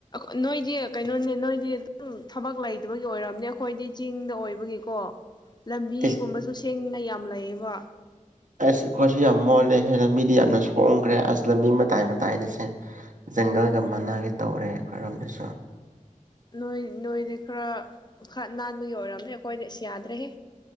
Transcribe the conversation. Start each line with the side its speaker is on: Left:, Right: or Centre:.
Left: ꯅꯣꯏꯗꯤ ꯀꯩꯅꯣꯅꯦ ꯅꯣꯏꯗꯤ ꯑꯗꯨꯝ ꯊꯕꯛ ꯂꯩꯇꯕꯒꯤ ꯑꯣꯏꯔꯝꯅꯦ ꯑꯩꯈꯣꯏꯗꯤ ꯆꯤꯡꯗ ꯑꯣꯏꯕꯒꯤꯀꯣ ꯂꯝꯕꯤꯒꯨꯝꯕꯁꯨ
Right: ꯏꯁ
Left: ꯁꯦꯡꯉꯤ ꯑꯩꯅ ꯌꯥꯝ ꯂꯩꯌꯦꯕ
Right: ꯑꯁ ꯑꯩꯈꯣꯏꯁꯨ ꯌꯥꯝ ꯃꯣꯜꯂꯦ ꯍꯦ ꯂꯝꯕꯤꯗꯤ ꯌꯥꯝꯅ ꯁꯣꯡꯈ꯭ꯔꯦ ꯑꯁ ꯂꯝꯕꯤ ꯃꯇꯥꯏ ꯃꯇꯥꯏꯗꯁꯦ ꯖꯪꯒꯜꯒ ꯃꯅꯥꯒꯤ ꯇꯧꯔꯦ ꯑꯩꯈꯣꯏꯔꯣꯝꯗꯁꯨ
Left: ꯅꯣꯏ ꯅꯣꯏꯗꯤ ꯈꯔ ꯈꯔ ꯅꯥꯟꯕꯒꯤ ꯑꯣꯏꯔꯝꯅꯦ ꯑꯩꯈꯣꯏꯗ ꯁꯤ ꯌꯥꯗ꯭ꯔꯦꯍꯦ